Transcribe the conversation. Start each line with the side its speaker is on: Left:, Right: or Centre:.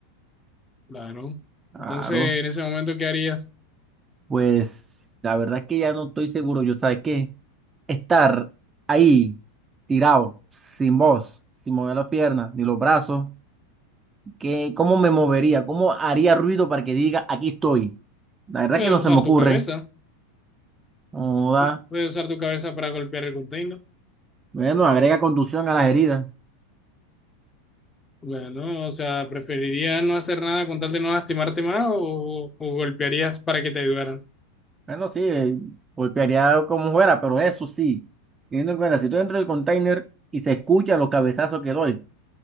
Left: Claro.
Right: Claro,
Left: Entonces, en ese momento, ¿qué harías?
Right: pues la verdad es que ya no estoy seguro. Yo, ¿sabes qué? estar ahí tirado, sin voz, sin mover las piernas ni los brazos, ¿qué, cómo me movería? ¿Cómo haría ruido para que diga aquí estoy? La verdad
Left: Puedes
Right: que no
Left: usar
Right: se me ocurre.
Left: tu cabeza.
Right: No da.
Left: Pu- Puedes usar tu cabeza para golpear el container.
Right: Bueno, agrega contusión a las heridas.
Left: Bueno, o sea, ¿preferirías no hacer nada con tal de no lastimarte más o, o golpearías para que te ayudaran?
Right: Bueno, sí, eh, golpearía como fuera, pero eso sí, teniendo en cuenta, si estoy dentro del container y se escuchan los cabezazos que doy,